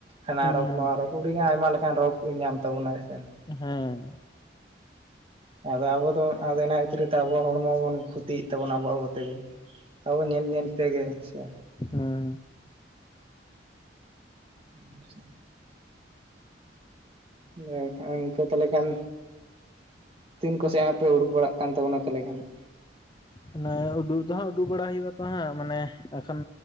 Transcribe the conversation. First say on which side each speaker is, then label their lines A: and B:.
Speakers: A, on the right; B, on the left.
A: ᱦᱟᱱᱟ
B: ᱦᱮᱸ
A: ᱨᱳᱜᱽ ᱱᱚᱣᱟ ᱨᱳᱜᱽ ᱩᱰᱤ ᱟᱭᱢᱟ ᱞᱮᱠᱟᱱ ᱨᱳᱜᱽ ᱧᱟᱢ ᱛᱟᱵᱚᱱᱟ ᱥᱮ
B: ᱦᱮᱸ
A: ᱟᱫᱚ ᱟᱵᱚ ᱫᱚ ᱟᱫᱚ ᱚᱱᱟ ᱠᱷᱟᱹᱛᱤᱨ ᱛᱮ ᱟᱵᱚ ᱦᱚᱲᱢᱚ ᱵᱚᱱ ᱠᱷᱚᱛᱤᱭᱮᱫ ᱛᱟᱵᱚᱱᱟ ᱟᱵᱳ ᱟᱵᱳ ᱛᱮᱜᱮ ᱟᱫᱚ ᱧᱮᱞ ᱧᱮᱞ ᱛᱮᱜᱮ ᱥᱮ
B: ᱦᱩᱸ
A: <unintelligible> <unintelligible> ᱟᱫᱟ ᱛᱟᱦᱚᱞᱮ ᱠᱷᱟᱱ ᱛᱤᱱ ᱠᱚᱥᱮᱜ ᱯᱮ ᱩᱲᱩᱠ ᱵᱟᱲᱟᱜ ᱠᱟᱱ ᱛᱟᱵᱚᱱᱟ, ᱛᱟᱦᱚᱞᱮ ᱠᱷᱟᱱ ᱦᱟᱜ
B: ᱟᱱᱮ ᱩᱰᱩᱠ ᱫᱚ ᱦᱟᱸᱜ ᱩᱰᱩᱠ ᱵᱟᱲᱟ ᱦᱩᱭᱩᱜ ᱟᱛᱚ ᱦᱟᱸᱜ ᱢᱟᱱᱮ ᱮᱠᱷᱚᱱ